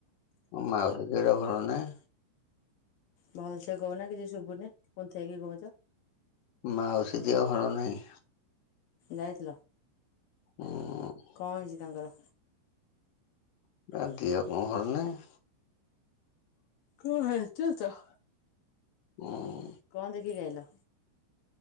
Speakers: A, on the left; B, on the left.
A: ମାଉସି ଦେହଟା ଭଲ ନାହିଁ।
B: ଭଲସେ କହୁନା କିଛି ଶୁଭୁନି କୁନ୍ଥେଇକି କହୁଛ।
A: ମାଉସି ଦେହ ଭଲନାହିଁ।
B: ଯାଇଥିଲ?
A: ହୁଁ।
B: କଣ ହେଇଛି ତାଙ୍କର?
A: ତା ଦିହ କଣ ଭଲ ନାହିଁ।
B: କଣ ହେଇଛି <unintelligible>
A: ହୁଁ
B: କଣ ଦେଖିକି ଆଇଲ?